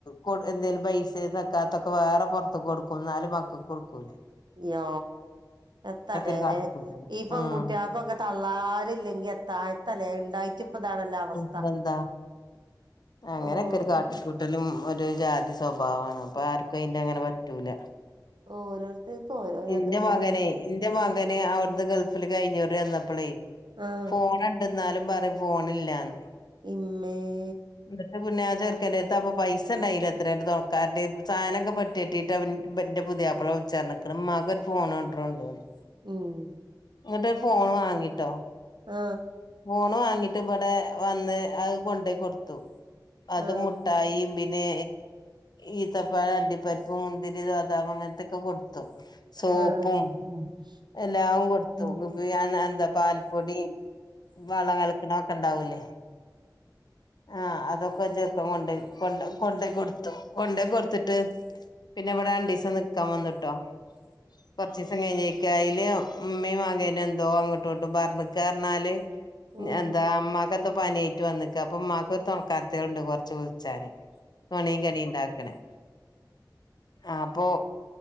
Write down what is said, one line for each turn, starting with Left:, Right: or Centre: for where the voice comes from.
Left: കൊ എന്തേലും പൈസ തക്കത്തൊക്കെ വേറെ പുൊറത്ത് കൊടുക്കും എന്നാലും മക്കക്ക് കൊടുക്കൂലേ
Right: യോ എത്തല്ലേ
Left: ഒരു കാട്ടിക്കൂട്ടല
Right: ഈ പെൺകുട്ടികൾക്കൊക്കെ
Left: ഉം
Right: തള്ളാറില്ലെങ്കി എത്താ എത്തല്ലേ ഉണ്ടായിട്ട് ഇപ്പ ഇതാണല്ലോ അവസ്ഥ
Left: ഉതെന്താ അങ്ങനെയൊക്കെ
Right: ഓരോ
Left: ഒരു കാട്ടിക്കൂട്ടലും ഒരു ജാതി സ്വഭാവമാണ് അപ്പൊ ആർക്കും അയിന്റെ അങ്ങനെ പറ്റൂല
Right: ഓരോരുത്തർക്കും ഓരോരോ
Left: എൻ്റെ
Right: ഇത് അല്ലാതെ
Left: മകനെ എൻ്റെ മകനെ അവിടുന്ന് ഗൾഫ ഫല് കഴിഞ്ഞറി വന്നപ്പോളേ
Right: ആഹ്
Left: ഫോണ് ഉണ്ടെന്നാലും പറയും ഫോണില്ലാന്ന്
Right: <unintelligible>
Left: <unintelligible> ചെർക്കെന്റെടത് അപ്പൊ പൈസ എണ്ടായില്ല എത്രണ്ട് നോക്കണ്ട്‌ സാധനൊക്കെട്ടിട്ടിട്ട് ഇവൻ ഇവന്റെ പുതിയാപ്പള വ <unintelligible> മക ഒരു ഫോൺകൊൺഡ്രോണ്ടോണ്ട്
Right: ഉം
Left: ഇങ്ങിട്ടരു ഫോൺ വാങ്ങിട്ടോ
Right: ആ
Left: ഫോണ് വാങ്ങിട്ട് ഇവിടെ വന്ന് അത് കൊണ്ടോയി കൊടുത്തു അത്
Right: ആഹ്
Left: മുട്ടായി പി ന്നെ ഈത്തപ്പഴം അണ്ടിപ്പരിപ്പ് മുന്തിരി ബതാം അങ്ങനത്തൊക്കെ കൊടു ത്തു സോപ്പും
Right: ആഹ് ആഹ്
Left: എല്ലാം കൊടുത്തു
Right: ആഹ്
Left: <unintelligible> പാൽപ്പൊടിയും വള കലക്കണൊക്ക ഇണ്ടാവൂലേ ആ അതൊക്കെ ചെറക്കൻ കൊണ്ട കൊ കൊണ്ട കൊടുത്തു കൊണ്ടോയി കൊടുത്തിട്ട് പി ന്നെ ഇവിടെരണ്ടീസം നിക്കാൻ
Right: ഉം
Left: വന്നിട്ടോ കൊറച്ച് ദിവസം കഴിഞ്ഞ് <unintelligible> ഉമ്മയും മകനും എന്തോ അങ്ങോട്ടും ഇങ്ങട്ട് പറഞ്ഞക്കർന്നാല്
Right: ഉം
Left: എന്താ
Right: ഉം
Left: അമ്മാക്ക് എന്താ പനി ആയിട്ട് വന്നേക്ക അപ്പംഉമ്മാക്ക് തണുക്കാത്തണ്ട് കൊറച്ച് വിളിച്ചാന് പണി കടീം ഇണ്ടാക്കണേ ആ അപ്പൊ